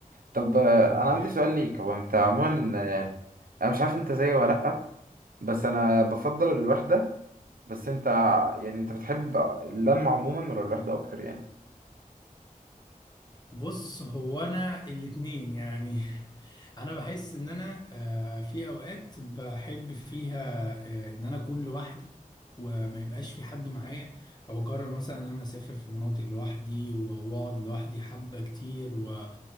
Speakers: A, on the right; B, on the left.
A: طب آه،
B: اوكي
A: انا عندي سؤال ليك هو انت عموما آه، انا مش عارف انت زيي ولا لا بس انا بفضل الوحدة بس انت يعني انت بتحب اللمة عموما ولا الوحدة اكتر يعني
B: بص هو انا الاتنين يعني <laughs> انا بحس ان انا آه، في اوقات بحب فيها آه، ان انا اكون لوحدي وما يبقاش في حد معايا فبقرر مثلا ان انا اسافر في مناطق لوحدي واقعد لوحدي حبة كتير و-